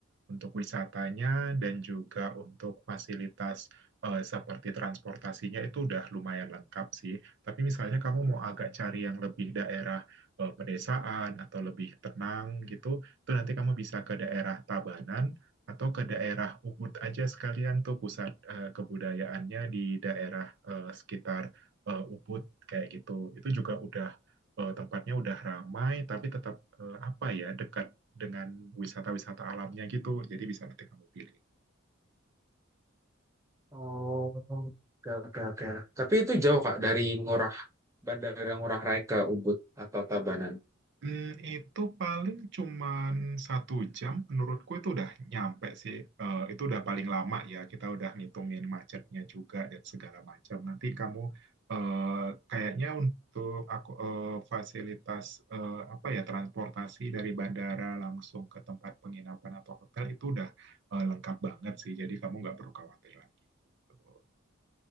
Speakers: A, on the right; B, on the right.
A: untuk wisatanya dan juga untuk fasilitas eh, seperti transportasinya itu udah lumayan lengkap sih. Tapi misalnya kamu mau agak cari yang lebih daerah eh, pedesaan atau lebih tenang gitu, itu nanti kamu bisa ke daerah Tabanan atau ke daerah Ubud aja sekalian tuh pusat eh, kebudayaannya di daerah eh, sekitar eh, Ubud kayak gitu. Itu juga udah eh, tempatnya udah ramai tapi tetap eh, apa ya dekat dengan wisata-wisata alamnya gitu. Jadi bisa nanti kamu pilih.
B: Oh, oke oke oke. Tapi itu jauh Kak dari Ngurah Bandara Ngurah Rai ke Ubud atau Tabanan.
A: Hmm, itu paling cuman satu jam, menurutku itu udah nyampe sih. Eh, itu udah paling lama ya, kita udah ngitungin macetnya juga dan segala macam. Nanti kamu eh, kayaknya untuk aku eh, fasilitas eh, apa ya transportasi dari bandara langsung ke tempat penginapan atau hotel itu udah eh, lengkap banget sih. Jadi kamu nggak perlu khawatir lagi. gitu.